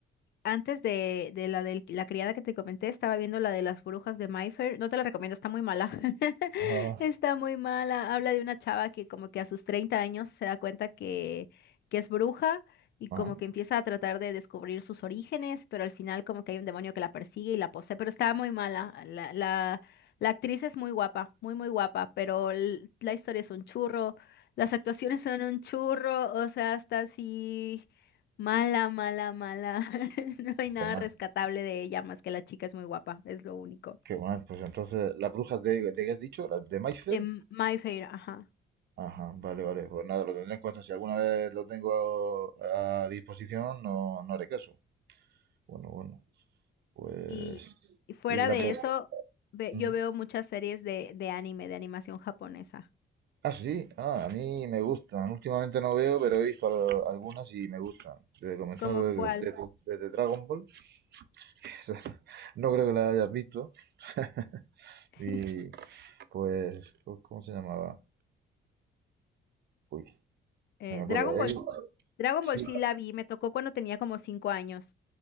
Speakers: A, on the left; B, on the right.
A: Antes de, de la de la criada que te comenté, estaba viendo la de las brujas de Mayfair. No te la recomiendo, está muy mala. <laughs>
B: Ah,
A: Está muy mala. Habla de una chava que como que a sus 30 años se da cuenta que, que es bruja y
B: Ajá,
A: como que empieza a tratar de descubrir sus orígenes, pero al final como que hay un demonio que la persigue y la posee, pero está muy mala. La, la, la actriz es muy guapa, muy, muy guapa, pero l- la historia es un churro. Las actuaciones son un churro, o sea, hasta así Mala, mala, mala. <laughs> No hay
B: pues
A: nada
B: qué mal,
A: rescatable de ella más que la chica es muy guapa, es lo único.
B: qué mal. Pues entonces, ¿las brujas de, de qué has dicho? ¿Las de Mayfair?
A: De M- My Fair, ajá.
B: Ajá, vale, vale. Pues nada, lo tendré en cuenta. Si alguna vez lo tengo a, a disposición, no, no haré caso. Bueno, bueno. Pues.
A: Y, y fuera
B: Y la
A: de
B: pro-
A: eso, ve-
B: Mm.
A: yo veo muchas series de, de anime, de animación japonesa.
B: Ah, sí. Ah, a mí me gustan. Últimamente no veo, pero he visto al- algunas y me gustan. Desde comenzando
A: ¿Como cuál?
B: desde, desde- desde Dragon Ball. <laughs> No creo que la hayas visto. <laughs>
A: <laughs>
B: Y pues, ¿cómo se llamaba? Uy,
A: Eh,
B: no me acuerdo.
A: Dragon Ball,
B: Él-
A: Dragon
B: Sí.
A: Ball sí la vi, me tocó cuando tenía como cinco años.